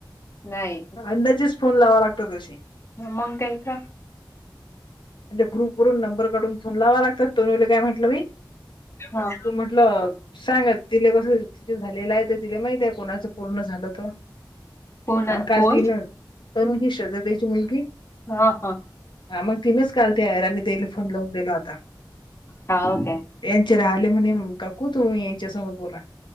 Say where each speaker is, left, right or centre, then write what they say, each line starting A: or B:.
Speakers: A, on the left; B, on the left.
A: नाही.
B: अंड्याची स्पून लावा लागतो तशी
A: हो मंग कायथ
B: त्या ग्रुप वून नंबर काढून फोन लावा लागतात तोनला काय म्हंटलं मी
A: हा.
B: म्हटलं सांग ति ति झालेलं आहे तर तिला माहित आहे कोणाचं पूर्ण झालं तर
A: कोण
B: मग काल
A: कोण
B: तिन तरणू ही श्रद्जतेची मुलगी
A: हा हा.
B: हा मग तिनच कालते आहेरनी तेला फोन लावून गेला होता.
A: हा काय
B: यांचे राहिले म्हणे काकू तू यांच्यासमोर बोला.